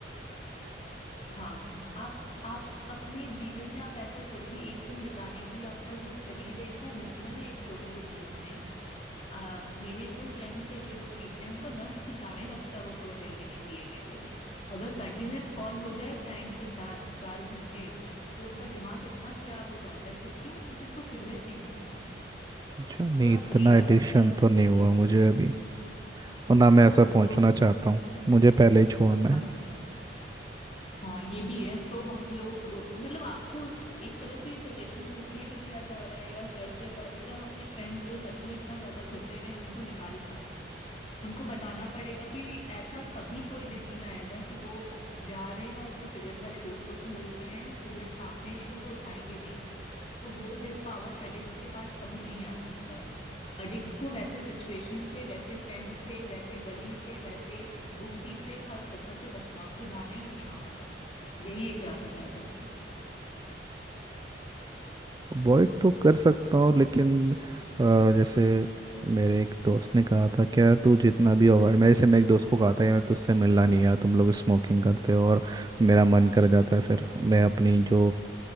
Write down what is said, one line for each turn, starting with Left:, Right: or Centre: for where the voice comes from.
Left: हाँ आप आप अपने जीवन में आप ऐसा सोचिए एक दिन बिताने के लिए आपका जो शरीर है इतना निर्भर है एक छोटे से चीज में आ, मेरे जो फ्रेंड्स हैं जो लोग पीते हैं उनका नस खिंचाने लगता है वो थोड़ी देर भी नहीं पिएंगे तो अगर कंटिन्यूअस कॉल हो जाए क्लाइंट के साथ चार घंटे तो उनका दिमाग इतना खराब हो जाता है क्यों क्यों क्योंकि उनको सिगरेट नहीं मिला
Right: अच्छा नहीं
Left: पूरा
Right: इतना
Left: ब्रेन
Right: एडिक्शन
Left: अलग तरह से
Right: तो
Left: सिग्नल्स
Right: नहीं हुआ मुझे अभी और ना मैं
Left: हाँ
Right: ऐसा पहुंचना
Left: तो
Right: चाहता हूँ मुझे पहले ही छोड़ना है
Left: हाँ हाँ ये भी है तो हम लोग मतलब आपको एक तरह से सजेशंस इसलिए भी दिया जा रहा है या शेयर किया जा रहा है कि आप अपने फ्रेंड्स जो सच में इतना ज्यादा घुसे हुए हैं उनको निकाल पाए उनको बताना पड़ेगा कि ऐसा कभी कोई दिन नहीं आएगा कि वो जा रहे हैं और अपने सिगरेट वाले दोस्तों से मिल रहे हैं सिगरेट सामने है, लेकिन वो उठाएंगे नहीं तो वो विल पावर अडिक्ट के पास कभी नहीं आ सकता है अडिक्ट को वैसे सिचुएशन से वैसे फ्रेंड से वैसे गली से वैसे गुमटी से हर जगह से बचना उनको जाना ही नहीं है वहां पर यही एक रास्ता है बस
Right: अवॉइड तो कर सकता हूँ लेकिन अ, जैसे मेरे एक दोस्त ने कहा था क्या तू जितना भी अवॉइड मेरे से मैं एक दोस्त को कहा था यार तुझसे मिलना नहीं यार तुम लोग स्मोकिंग करते हो और मेरा मन कर जाता है फिर मैं अपनी जो